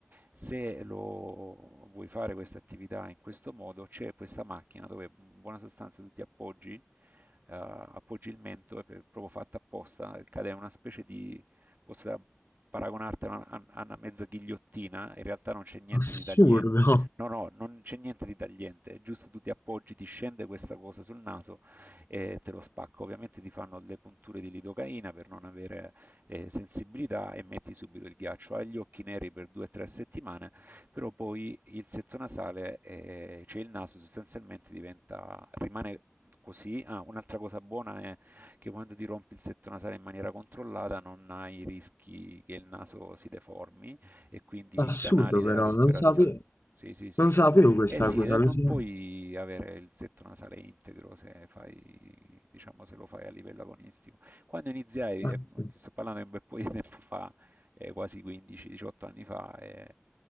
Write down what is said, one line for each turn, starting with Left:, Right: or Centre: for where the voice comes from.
Right: se lo vuoi fare questa attività in questo modo, c'è questa macchina dove in buona sostanza tu ti appoggi, eh, appoggi il mento, è per- proprio fatta apposta, cade in una specie di, posso paragonartela a a una mezza ghigliottina, in realtà non c'è niente
Left: Assurdo.
Right: di tagliente No, no, non c'è niente di tagliente, è giusto tu ti appoggi, ti scende questa cosa sul naso e te lo spacca. Ovviamente ti fanno le punture di lidocaina per non avere eh, sensibilità e metti subito il ghiaccio. Hai gli occhi neri per 2-3 settimane, però poi il setto nasale, eh, cioè il naso sostanzialmente diventa, rimane così. Ah, un'altra cosa buona è che quando ti rompi il setto nasale in maniera controllata non hai rischi che il naso si deformi e quindi
Left: Assurdo
Right: i canali della
Left: però,
Right: respirazione.
Left: non sapevo,
Right: Sì, sì, sì.
Left: non sapevo questa
Right: Eh sì,
Left: cosa,
Right: e
Left: allucinante.
Right: non puoi avere il setto nasale integro se fai, diciamo, se lo fai a livello agonistico. Quando iniziai,
Left: Assurdo.
Right: eh, ti sto parlando di un bel po' di tempo fa, eh, quasi 15-18 anni fa, eh,